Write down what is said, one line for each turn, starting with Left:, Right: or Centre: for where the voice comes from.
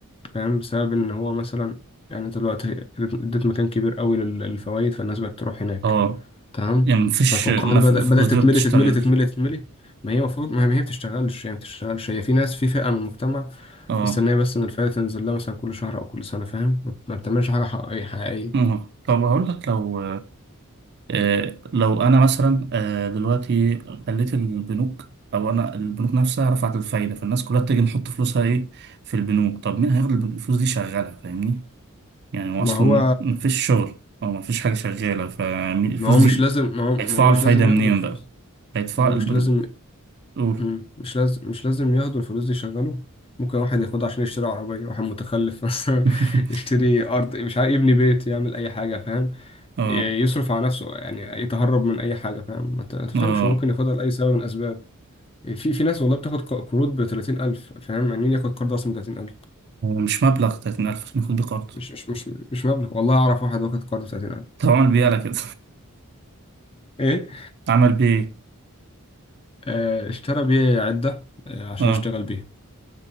Left: فاهم بسبب ان هو مثلا يعني انت دلوقتي اديت اديت مكان كبير قوي لل- للفوائد فالناس بقت تروح هناك
Right: اه
Left: تمام
Right: يعني مفيش
Left: فالفقاعة
Right: ما
Left: دي
Right: في
Left: بدأ
Right: الفلوس
Left: بدأت
Right: دي
Left: تتملي
Right: بتشتغل
Left: تتملي تتملي تتملي ما هي المفروض ما هي بتشتغلش هي ما بتشتغلش هي في ناس في فئة من المجتمع
Right: اه
Left: مستنية بس ان الفائدة تنزل لها مثلا كل شهر او كل سنة فاهم ما بتعملش حاجة حقيقية حقيقية
Right: آه. طب هقول لك لو آه، لو انا مثلا آه، دلوقتي خليت البنوك او انا البنوك نفسها رفعت الفايده فالناس كلها تيجي نحط فلوسها ايه في البنوك طب مين هياخد الفلوس دي يشغلها فاهمني يعني هو
Left: ما
Right: اصلا
Left: هو
Right: مفيش شغل او مفيش حاجه شغاله فالفلوس
Left: ما هو
Right: دي
Left: مش لازم ما هو,
Right: هيدفعوا
Left: ما هو مش
Right: الفايده
Left: لازم
Right: منين
Left: ياخدوا الفلوس
Right: بقى هيدفعوا
Left: ما هو مش
Right: البن...
Left: لازم
Right: قول
Left: مم. مش لازم مش لازم ياخدوا الفلوس دي يشغلوا ممكن واحد ياخدها عشان يشتري عربية واحد متخلف <laughs> مثلا
Right: <laughs>
Left: يشتري أرض مش عارف يبني بيت يعمل أي حاجة فاهم
Right: اه
Left: ي- يصرف على نفسه يعني يتهرب من أي حاجة فاهم ما ت- ما تفهمش
Right: اه
Left: هو ممكن ياخدها لأي سبب من الأسباب في في ناس والله بتاخد ق- قروض ب 30000 فاهم يعني مين ياخد قرض أصلا ب 30000
Right: مش مبلغ 30000 عشان ياخد بيه قرض
Left: مش مش مش مش مبلغ والله أعرف واحد واخد قرض ب 30000
Right: طب عمل بيه على كده
Left: إيه
Right: <laughs> عمل بيه ايه
Left: آه اشترى بيه عدة آه عشان
Right: اه
Left: يشتغل بيها